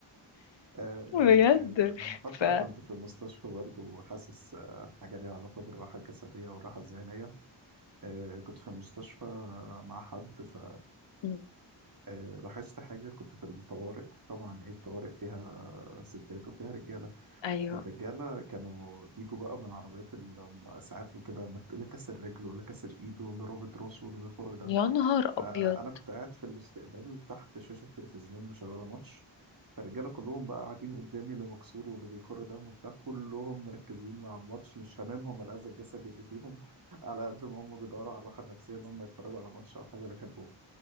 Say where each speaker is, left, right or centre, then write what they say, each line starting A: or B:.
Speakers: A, on the right (about 45°); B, on the left (about 65°).
A: آه،
B: بجد
A: من فترة
B: ف
A: كنت في المستشفى برضو وحاسس آه، حاجة ليها علاقة بالراحة الجسدية والراحة الذهنية آه، كنت في المستشفى آه، مع حد ف
B: مم.
A: آه، لاحظت حاجة كنت في الطوارئ طبعا ايه الطوارئ فيها آه، ستات وفيها رجالة
B: ايوه
A: الرجالة كانوا بيجوا بقى من عربيات الإسعاف وكده مك- اللي كسر رجله واللي كسر إيده واللي رابط راسه واللي بيخر دم
B: يا نهار
A: فأنا
B: ابيض
A: كنت قاعد في الاستقبال تحت شاشة تلفزيون مشغلة ماتش فالرجالة كلهم بقى قاعدين قدامي اللي مكسور واللي بيخر دم وبتاع كلهم مركزين مع الماتش مش هاممهم الأذى الجسدي اللي فيهم على قد ما هم بيدوروا على الراحة النفسية إن هم يتفرجوا على ماتش أو حاجة بيحبوها